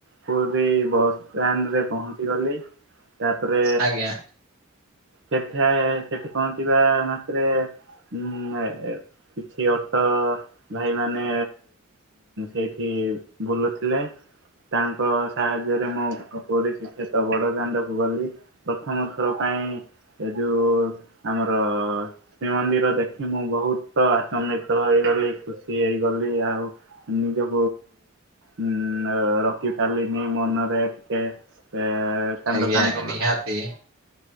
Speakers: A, on the right (about 60°); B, on the right (about 80°).
A: ପୁରୀ ବସଷ୍ଟାଣ୍ଡରେ ପହଞ୍ଚି ଗଲି। ତାପରେ
B: ଆଜ୍ଞା
A: ସେଠି ସେଠି ପହଞ୍ଚିବା ମାତ୍ରେ ହୁଁ କିଛି ଅଟୋ ଭାଇମାନ ସେଇଠି ବୁଲୁଥିଲେ। ତାଙ୍କ ସାହାଯ୍ୟରେ ମୁଁ ପୁରୀ ଶ୍ରୀକ୍ଷେତ୍ର ବଡ଼ ବଡ଼ ଦାଣ୍ଡକୁ ଗଲି ପ୍ରଥମ ଥର ପାଇଁ ଏ ଯୋଉ ଆମର ଶ୍ରୀମନ୍ଦିର ଦେଖି ମୁଁ ବହୁତ ଆଚମ୍ବିତ ହେଇଗଲି ଖୁସି ହେଇଗଲି ଆଉ। ହୁଁ ଯେ ହୁଁ ରଖିପାରିଲିନି ମନରେ ଟିକେ ଏ କାନ୍ଦ
B: ଆଜ୍ଞା
A: କାନ୍ଦ
B: ଆଜ୍ଞା ନିହାତି।